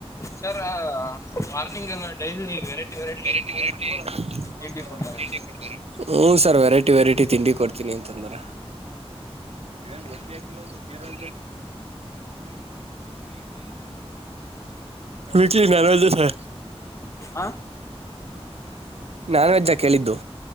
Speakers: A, on the left; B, on the right.
A: ಸರ್ ಮಾರ್ನಿಂಗ್ ಎಲ್ಲ ಡೈಲಿ ವೆರೈಟಿ ವೆರೈಟಿ
B: ವೆರೈಟಿ ತಂಬ
A: ತಿಂಡಿ ಕೊಡ್ತಾರೆ
B: ತಿಂಡಿ ಕೊಡ್ತಾರ. ಹೂ ಸರ್ ವೆರೈಟಿ ವೆರೈಟಿ ತಿಂಡಿ ಕೊಡ್ತೀನಿ ಅಂತದರ ಏನ್ ಗೊ <unintelligible> ಕೇರಳ ವೀಕ್ಲಿ ನಾನ್ ವಜ ಸ
A: ಹಾ
B: ನಾನ್ ವೆಜ್ ನ ಕೇಳಿದ್ದು